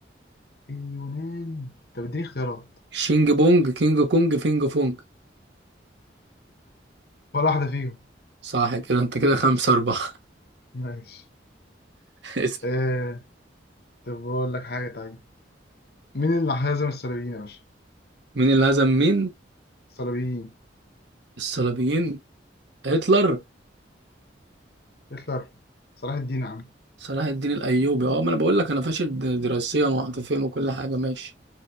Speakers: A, on the left (about 55°); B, on the right (about 70°).
A: اليونان طب اديني اختيارات
B: شينج بونج كينج كونج فينج فونج
A: ولا واحدة فيهم
B: صح كده انت كده خمسة أربعة
A: ماشي
B: <laughs> اسأل
A: آه... طب بقول لك حاجة طيب مين اللي هزم الصليبيين يا باشا
B: مين اللي هزم مين
A: الصليبيين
B: الصليبيين هتلر
A: هتلر صلاح الدين يا عم
B: صلاح الدين الأيوبي اه ما أنا بقول لك أنا فاشل د- دراسيا وعاطفيا وكل حاجة ماشي